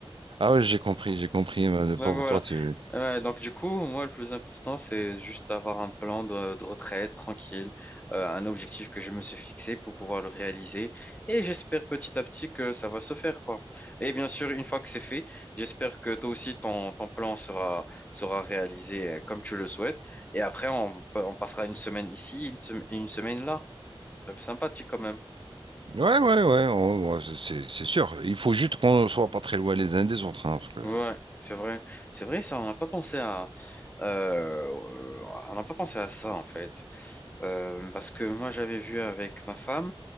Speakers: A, on the right; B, on the left.
A: Ah ouais, j'ai compris, j'ai compris. mais Le
B: Donc
A: pauvre
B: voilà.
A: toi, tu...
B: Ouais, donc du coup, moi, le plus important, c'est juste avoir un plan de, de retraite tranquille, euh, un objectif que je me suis fixé pour pouvoir le réaliser. Et j'espère petit à petit que ça va se faire, quoi. Et bien sûr, une fois que c'est fait, j'espère que toi aussi, ton, ton plan sera, sera réalisé euh, comme tu le souhaites. Et après, on, peut- on passera une semaine ici, une, sem- et une semaine là. C'est sympathique quand même.
A: Ouais, ouais, ouais, on- on- c'est c'est sûr. Il faut juste qu'on ne soit pas très loin les uns des autres, hein, parce que...
B: Ouais, c'est vrai. C'est vrai, ça, on n'a pas pensé à, euh, on n'a pas pensé à ça, en fait. Euh, parce que moi, j'avais vu avec ma femme,